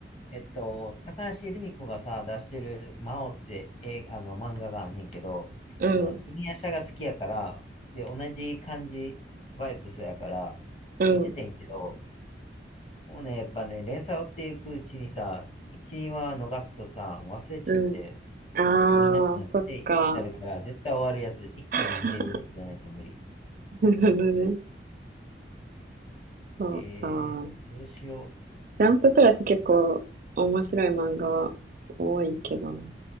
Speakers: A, on the left (about 30°); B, on the right (about 50°).
A: えっと、高橋留美子がさ、出してる魔王って、え、あの、漫画があんねんけど、
B: うん、
A: うん、イニアシャが好きやから、で、同じ感じ、バイブスやから、
B: うん、
A: 見ててんけど、もうね、やっぱね、連載追っていくうちにさ、1、2話逃すとさ、忘れちゃって、
B: うん。ああ、
A: 見なくなって至るから、
B: そっか。
A: 絶対終わるやつ、一気に見れるやつじゃないと無理。
B: <laughs> なるほどね。そうか。
A: えー、どうしよ
B: ジャンププラス結構面白い漫画多いけどな。